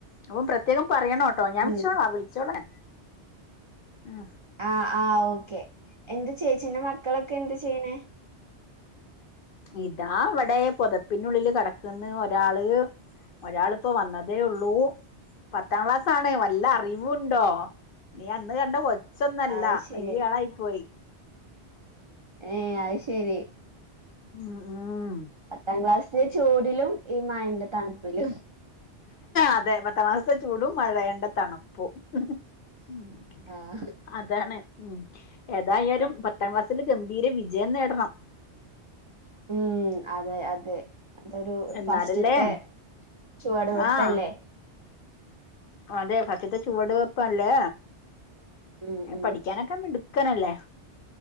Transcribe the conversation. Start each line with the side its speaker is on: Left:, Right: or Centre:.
Left: അപ്പം പ്രത്യേകം പറയണോട്ടോ ഞാൻ വിളിച്ചോളാം
Right: ഉം
Left: വിളിച്ചോളാം ഉം.
Right: ആഹ് ആഹ് ഓക്കെ എന്ത് ചേച്ചിന്റെ മക്കളൊക്കെ എന്ത് ചെയ്യണേ
Left: ഇതാ അവിടെ പൊതപ്പിനുള്ളില് കടക്കന്ന് ഒരാള് ഒരാളിപ്പോ വന്നതേ ഉള്ളൂ പത്താം ക്ലാസ് ആണ് വല്ല അറിവുണ്ടോ നീ അന്ന് കൊ ച്ചൊന്നല്ല
Right: അത് ശരി
Left: വല്യ ആളായി പോയി
Right: ഏഹ് അത് ശരി
Left: ആഹ്
Right: പത്താം ക്ലാസ്സിലെ ചൂടിലും ഈ മഴൻ്റെ തണുപ്പിലും
Left: അതെ പത്താം ക്ലാസ്സിലെ ചൂടും മഴയേണ്ട തണുപ്പും ഉം
Right: ആഹ്
Left: അതാണ് ഉം ഏതായാലും പത്താം ക്ലാസ്സിൽഉം <unintelligible> വിജയം നേടണം
Right: ഉം അതെ അതെ അതൊരു
Left: എന്നാലല്ലേ
Right: ഫസ്റ്റത്തെ ചുവടുവെപ്പല്ലേ
Left: ആഹ് അതെ ഫസ്റ്റേത്തെ ചുവടു വെപ്പല്ലേ
Right: ഉം ഉം
Left: പഠിക്കാനൊക്കെ മിടുക്കനല്ലേ